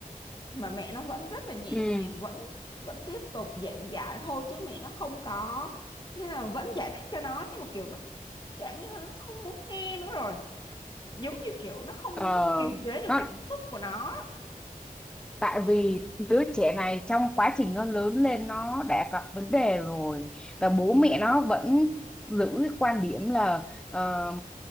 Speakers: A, on the left (about 30°); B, in the centre.
A: mà mẹ nó vẫn rất là nhẹ
B: ừ
A: nhàng vẫn vẫn tiếp tục giảng giải thôi chứ mẹ nó không có nên là vẫn giải thích cho nó nhưng mà kiểu nó chẳng như là nó không muốn nghe nữa rồi giống như kiểu nó không
B: ờ
A: không kiềm chế được
B: nó
A: cảm xúc của nó
B: tại vì đứa trẻ này trong quá trình nó lớn lên nó đã gặp vấn đề rồi và bố mẹ nó vẫn giữ cái quan điểm là ờ,